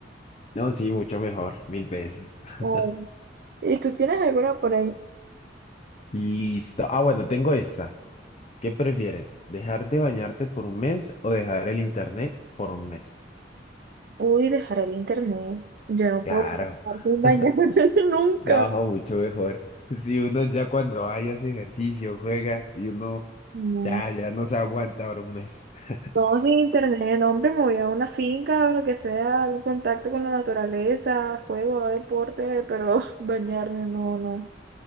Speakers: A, on the left; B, on the right.
A: No, sí, mucho mejor, mil veces. <laughs>
B: ay. ¿Y tú tienes alguna por ahí?
A: Listo. Ah, bueno, tengo esta. ¿Qué prefieres? ¿Dejar de bañarte por un mes o dejar el internet por un mes?
B: Uy, dejar el internet. Yo no
A: Claro,
B: puedo estar sin bañarme
A: <laughs>
B: <laughs> nunca.
A: no, mucho mejor. Si uno ya cuando vaya hace ejercicio, juega y uno
B: No.
A: ya, ya no se aguanta por un mes. <laughs>
B: No, sin internet, no, hombre, me voy a una finca o lo que sea, algún contacto con la naturaleza, juego, hago deporte, pero <laughs> bañarme, no, no.